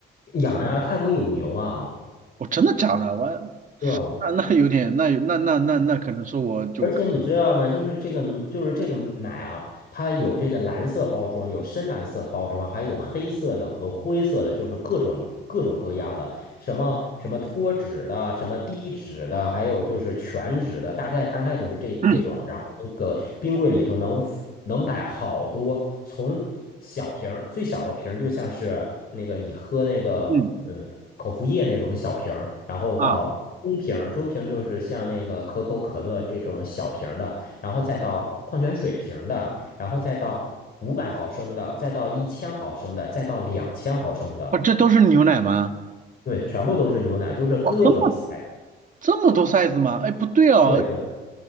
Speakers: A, on the left; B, on the right.
A: 养呀，泰国有牛啊。
B: 我真的假的？我
A: 对啊，
B: 那那有点，那有那那那那可能是我就
A: 而且你知道吗？就是这个，就是这个奶啊，它有这个蓝色包装，有深蓝色包装，还有黑色的和灰色的，就是各种各种各样的。什么什么脱脂的，什么低脂的，还有就是全脂的，大概大概就是这这种。
B: <clears throat>
A: 然后那个冰柜里头能能摆好多，从小瓶儿最小的瓶儿，就像是那个你喝那个嗯口服液那种小瓶儿，
B: 嗯
A: 然后到中瓶中瓶就是像那个可口可乐这种小瓶的，
B: 啊，
A: 然后再到矿泉水瓶的，然后再到五百毫升的，再到一千毫升的，再到两千毫升的。
B: 我这都是牛奶吗？
A: 对，全部都是牛奶，就是各种
B: 哇，这么
A: size。
B: 这么多 size 吗？哎，不对哦，
A: 对对，